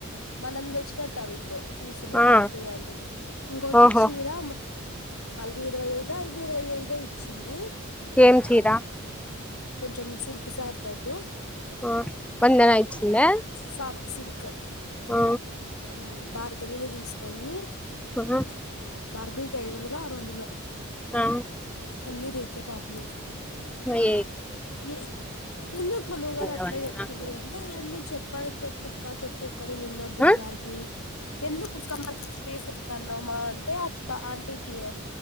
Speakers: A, on the left (about 75°); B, in the centre.
A: మనం తెచ్చినటావి ఇప్పుడు పీసులు
B: ఆ
A: భార్గవి ఆంటీకి ఇంకోటి
B: ఓహో
A: చీర మ నాలుగు ఇరవై ఐదుదో ఐదు ఇరవై ఐదుదో ఇచ్చింది
B: ఏం చీర
A: కొంచెం సిల్క్ శారీ టైపు
B: ఆ వందన ఇచ్చిందా
A: సోఫ్ సిల్క్
B: ఆ
A: మ్ భార్గవివే తీసుకొంది
B: ఆహా
A: భార్గవికి ఐదు వందలో ఆరు వందలో
B: ఆ
A: అన్ని రేట్లే పాపము
B: మీ
A: ఏ ఎందుకు నువ్వు కాదా అట్ల
B: అవన్నీ
A: చెప్తేవి
B: నాకు
A: అంటే చెప్ప చెప్పు అక్క చెప్పు ఆక్క నీనున్న పూడు
B: ఆ
A: భార్గవి ఎందుకు క్కమ్మలంత ఎసితునవ్ మా అంటే బ్ ఆ ఆంటీకి